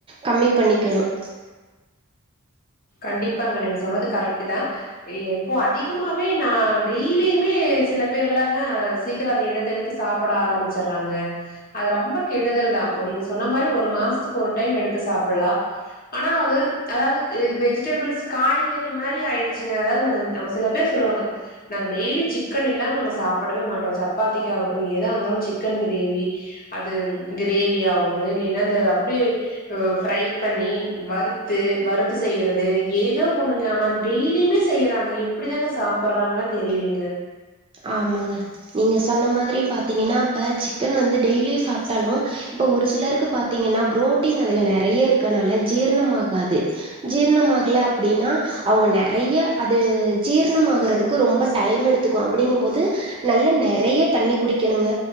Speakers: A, on the right (about 25°); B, on the left (about 40°).
A: கம்மி பண்ணிக்கணும்
B: கண்டிப்பாங்க நீங்க சொன்னது கரெக்ட் தான் இப்போ அதிகமாவே நான் டெய்லியுமே சில பேர் எல்லாம்ங்க சீக்கிரம் அதை எடுத்து எடுத்து சாப்பிட ஆரம்பிச்சுறாங்க அது ரொம்ப கெடுதல் தான் நீங்க சொன்ன மாதிரி ஒரு மாசத்துக்கு ஒரு டைம் எடுத்து சாப்பிலாம் ஆனாஅது அதாவது வெஜிடபிள்ஸ் காய்கறி மாரி ஆயிடுச்சுங்க அதாவது நா சில பேர் சொல்லுவாங்க நாங்கள் டெய்லி சிக்கன் இல்லாம நாங்கள் சாப்பிடவே மாட்டோம் சப்பாத்திக்கு ஆகட்டும் எதா இருந்தாலும் சிக்கன் கிரேவி அது கிரேவி ஆகும் இல்லனா அப்படிய ப்ரை பண்ணி வறுத்து செய்யறது ஏதோ ஒண்ணுங்க ஆனா டெய்லியுமே செய்றாங்க எப்படிதாங்க சாப்புறாங்க தெரியலீங்க
A: ஆமாங்க நீங்க சொன்ன மாதிரி பாத்தீங்கன்னா இப்ப சிக்கன் வந்து டெய்லி சாப்டாலும் இப்ப ஒரு சிலருக்கு பாத்தீங்கன்னா புரோட்டீன் அதுல நிறைய இருக்கனால ஜீரணமாகாது ஜீரணமாகல அப்படின்னா அவங்க நிறைய அது ஜீர்ண ஆறதுக்கு ரொம்ப டைம் எடுத்து அப்படிங்கும் போது நல்ல நெறைய தண்ணி குடிக்கனுங்க